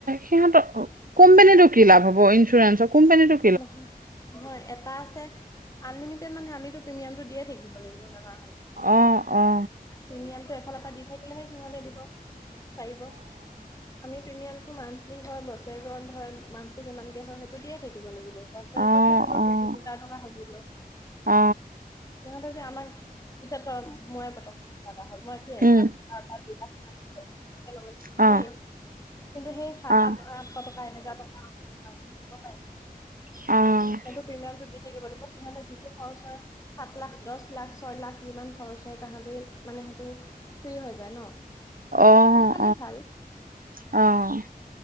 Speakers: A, on the right (about 65°); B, on the left (about 20°).
A: সিহঁতৰ কোম্পানীটো কি লাভ হ'ব, ইঞ্চুৰেঞ্চৰ কোম্পানীতটো
B: নহয় নহয় এটা আছে আনলিমিটেড মানে আমিতো প্ৰিমিয়ামটো দিয়ে থাকিব লাগিব জানা
A: অ' অ'
B: প্ৰিমিয়ামটো এফালৰ পৰা দি থাকিলেহে, সিহতে দিব পাৰিব। আমি প্ৰিমিয়ামটো মান্থলি হয়, বছেৰে গধ হয় মান্থলি কিমানকে হয় সেইটো দিয়ে থাকিব লাগিব। বছৰেকত
A: অ', অ',
B: হে ধৰি লক
A: অ'।
B: পঁচিছ হাজাৰ টকা হবগৈ।
A: অ,
B: সিহঁতে যে আমাক এতিয়া মই পতককৈ কিবা এটা হ'ল মই এক
A: উম,
B: লাখ টকাৰ দুই লাখ টকা পতককে নোৱাৰিম
A: অ',
B: কিন্তু সেই সাত
A: অ',
B: আঠ আঠশ টকা এনেজাৰ টকা আমি দিব পাৰিম
A: অ'
B: সেইটো প্ৰিমিয়ামটো দি থাকিব লাগিব। সিহঁতে যিটো খৰচ হয়। সাত লাখ, দহ লাখ ছয় লাখ যিমান খৰচ হয় তাহাঁতে মানে সেইটো ফ্ৰী হৈ যায় ন
A: অ', অ',
B: সটো কাৰণে ভাল।
A: অ',